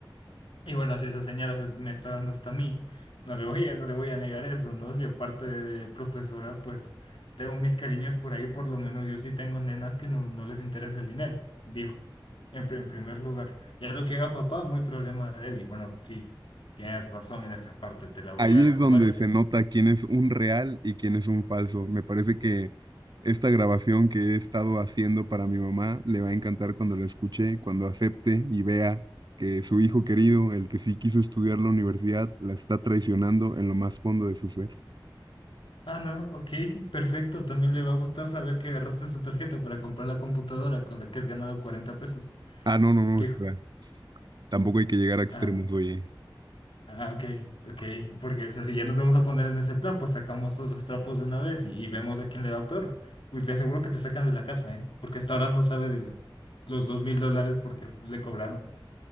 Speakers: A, on the left (about 75°); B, on the right (about 55°).
A: Y bueno, si esa señora se- me está dando hasta a mí, no le voy a, no le voy a negar eso, ¿no? Si aparte de profesora, pues tengo mis cariños por ahí, por lo menos yo sí tengo nenas que no, no les interesa el dinero, digo, en, pri- en primer lugar. Ya lo que haga papá, muy problema de él. Y bueno, sí, tienes razón en esa parte, te la voy
B: Ahí
A: a dar
B: es
A: por
B: donde
A: válida.
B: se nota quién es un real y quién es un falso. Me parece que esta grabación que he estado haciendo para mi mamá le va a encantar cuando la escuche, cuando acepte y vea que su hijo querido, el que sí quiso estudiar la universidad, la está traicionando en lo más fondo de su ser.
A: Ah, no, ok, perfecto. También le va a gustar saber que agarraste su tarjeta para comprar la computadora con la que has ganado 40 pesos.
B: Ah, no, no, no,
A: Dijo,
B: espera. Tampoco hay que llegar a extremos,
A: ah.
B: oye.
A: Ah, ok, ok, porque, o sea, si ya nos vamos a poner en ese plan, pues sacamos todos los trapos de una vez y, y vemos a quién le va peor. Uy, te aseguro que te sacan de la casa, ¿eh? Porque hasta ahora no sabe de los dos mil dólares porque le cobraron.